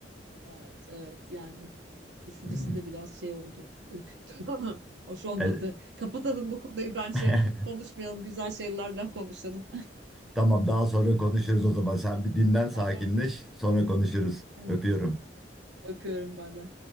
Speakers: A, on the right; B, in the centre.
A: Evet, evet yani düşüncesi
B: Hı hı.
A: de biraz şey oldu, ürküttü <laughs> ama hoş olmadı.
B: E,
A: Kapatalım bu konuyu bence
B: <laughs>
A: konuşmayalım, güzel şeylerden konuşalım.
B: tamam daha sonra konuşuruz o zaman. Sen bir dinlen,
A: <laughs>
B: sakinleş.
A: Tamam.
B: Sonra konuşuruz.
A: <laughs>
B: Öpüyorum.
A: Öpüyorum, bay bay.